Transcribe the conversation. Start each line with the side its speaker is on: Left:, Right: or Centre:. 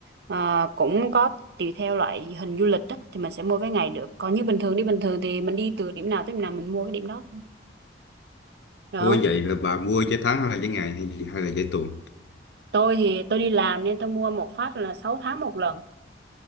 Right: ờ, cũng có tùy theo loại hình du lịch á, thì mình sẽ mua vé ngày được còn như bình thường đi bình thường thì mình đi từ điểm nào tới điểm nào mình mua cái điểm đó thôi đó
Left: ôi vậy là bà mua vé tháng hay là vé ngày hay gì hay là vé tuần
Right: tôi thì tôi đi làm nên tôi mua một phát là 6 tháng một lần